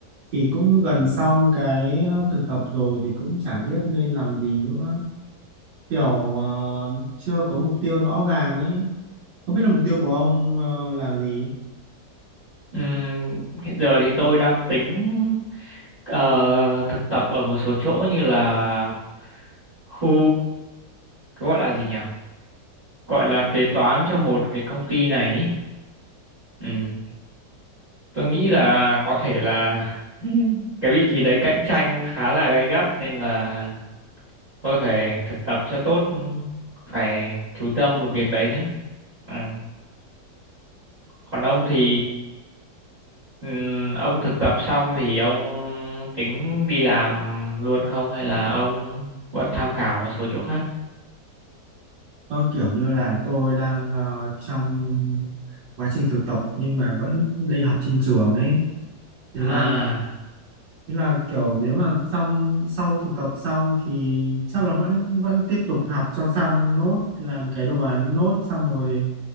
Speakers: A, on the right; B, on the right.
A: Thì cũng gần xong cái ờ, thực tập rồi thì cũng chả biết nên làm gì nữa. Kiểu ờ, chưa có mục tiêu rõ ràng ấy. Không biết là mục tiêu của ông ờ, là gì?
B: Ừm, hiện giờ thì tôi đang tính ờ, thực tập ở một số chỗ như là khu gọi là gì nhỉ gọi là kế toán cho một cái công ty này ấy. Ừ. Tôi nghĩ là có thể là <laughs> cái vị trí đấy cạnh tranh khá là gay gắt nên là tôi phải thực tập cho tốt, phải chú tâm vào việc đấy nữa. À, còn ông thì ừm, ông thực tập xong thì ông tính đi làm luôn không hay là ông vẫn tham khảo một số chỗ khác?
A: Ờ, kiểu như là tôi đang ờ, trong quá trình thực tập nhưng mà vẫn đi học trên trường ấy. Thế
B: À,
A: là Thế là kiểu nếu mà xong sau thực tập xong thì chắc là vẫn vẫn tiếp tục học cho xong nốt làm cái đồ án nốt xong rồi